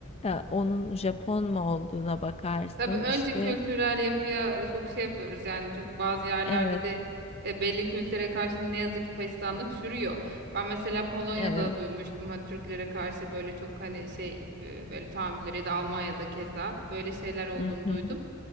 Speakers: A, on the left (about 30°); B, on the right (about 50°).
A: e, onun Japon mu olduğuna bakarsın.
B: Tabii önce
A: İşte
B: kültürel yapıya e, çok şey yapıyoruz yani çünkü bazı yerlerde
A: evet,
B: de e, belli kültüre karşı ne yazık ki faşizanlık sürüyor. Ben mesela Polonya'da
A: evet.
B: duymuştum hani Türklere karşı böyle çok hani şey e, böyle tahammülleri ya da Almanya'da keza böyle şeyler olduğunu
A: Hı hı,
B: duydum.